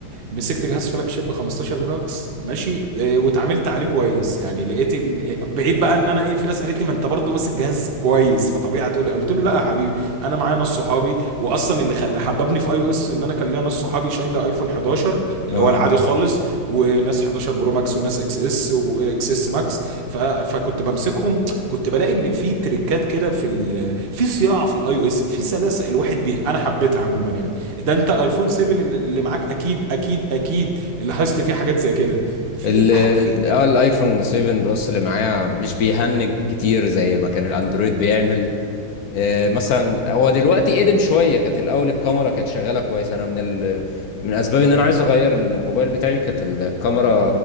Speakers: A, on the right (about 45°); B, on the left (about 65°).
A: مسكت جهاز فلاج شيب 15 ماكس ماشي آه، واتعاملت عليه كويس يعني لقيت ال... بعيد بقى ان انا ايه في ناس قالت لي ما انت برضه ماسك جهاز كويس فطبيعي هتقول قلت له لا يا حبيبي انا معايا ناس صحابي واصلا اللي خل... حببني في اي او اس ان انا كان ليا ناس صحابي شايله ايفون 11 اللي
B: اه
A: هو العادي خالص وناس 11 برو ماكس وناس اكس اس واكس اس ماكس ف... فكنت بمسكهم كنت بلاقي ان في تريكات كده في ال... في صياعه في الاي او اس في سلاسه الواحد بيها انا حبيتها عموما يعني ده انت ايفون 7 اللي اللي معاك اكيد اكيد اكيد لاحظت فيه حاجات زي كده في
B: ال
A: ح- في
B: اه الايفون 7 بلس اللي معايا مش بيهنج كتير زي ما كان الاندرويد بيعمل آه، مثلا هو دلوقتي قدم شويه كانت الاول الكاميرا كانت شغاله كويس انا من ال... من اسباب ان انا عايز اغير الموبايل بتاعي كانت الكاميرا